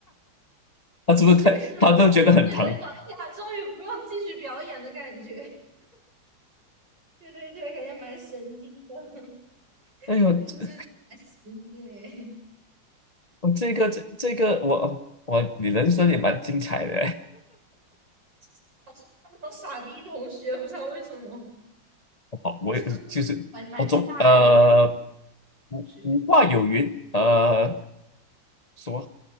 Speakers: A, on the left; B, on the right.
A: 他是不是太他都觉得很疼？
B: 就是有一种对有一种哎呀，终于不用继续表演的感觉。<laughs> 对对对，感觉蛮神经的。
A: 哎呦，
B: <laughs> 对我真的蛮神经的耶，
A: 这我这个这这个我我你人生也蛮精彩的。
B: <laughs> 好像那种傻逼同学，不知道为什么，
A: <laughs> 好，我也就是我总呃
B: <laughs> 就蛮蛮吓人的同
A: 古古话有云，
B: 学。
A: 呃什么